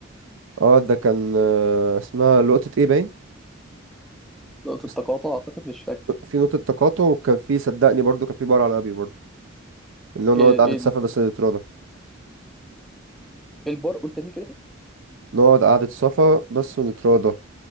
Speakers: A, on the right; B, in the centre.
A: اه ده كان آه، اسمها لقطه ايه باين
B: نقطة
A: بس
B: تقاطع أعتقد مش فاكر
A: في نقطه تقاطع وكان في صدقني برضو كان في بار على ابي برضو اللي هو نقعد
B: إيه
A: قعده
B: إيه
A: صفا بس نتراضى
B: إيه البار قول تاني كده
A: نقعد قعده صفا بس ونتراضى